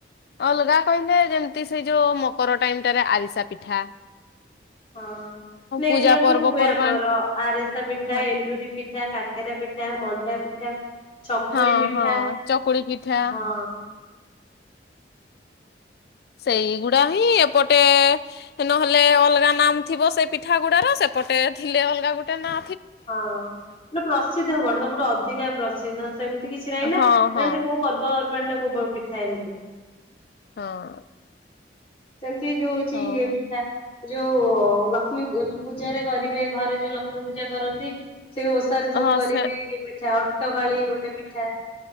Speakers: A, on the left (about 55°); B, on the left (about 30°).
A: ଅଲଗା କହିଲେ ଯେମତି। ସେ ଯୋଉ ମକର ଟାଇମ ଟାରେ ଆରିସା ପିଠା।
B: ହଁ ଏଗୁଡା
A: ପୂଜା ପର୍ବପର୍ବାଣି
B: ତ ହୁଏ ଆମର ଆରେସା ପିଠା
A: ହଁ
B: ଏଣ୍ଡୁରି ପିଠା କା କେରା ପିଠା ମଣ୍ଡା ପିଠା ଚକୁଳି
A: ହଁ
B: ପିଠା
A: ହଁ ଚକୁଳି ପିଠା
B: ହଁ।
A: ସେଇଗୁଡା ହିଁ ଏପଟେ ନହେଲେ ଅଲଗା ନାମ ଥିବ ସେ ପିଠା ଗୁଡା ର ସେ। ଏପଟେ ଥିଲେ ଅଲଗା ଗୋଟେ ନା।
B: ହଁ ଗୋଟେ ପ୍ରସିଦ୍ଧ କଣ ତମଟେ ଅଧିକା ପ୍ରସିଦ୍ଧ। ସେ ତ ସେମିତି କିଛି ନାହିଁ ନା
A: ହଁ
B: ନା
A: ହଁ
B: ଏମିତି କୋଉ ପର୍ବପର୍ବାଣି ନା କୋଉ ପିଠା ଏମିତି।
A: ହଁ।
B: ସେମିତି ଯୋଉଛି
A: ହଁ
B: ଇଏ ପିଠା ଯୋଉ। ହ ଲକ୍ଷ୍ମୀ ପୂଜାରେରେ କରିବେ ଘରେ ଯୋଉ ଲକ୍ଷ୍ମୀ ପୂଜା କରନ୍ତି। ସେଇ ଓଷାରେ ସବୁ
A: ହଁ
B: କରିବେ
A: ସେ
B: ଇଏ ପିଠା। ଅଟକାଳି ଗୋଟେ ପିଠା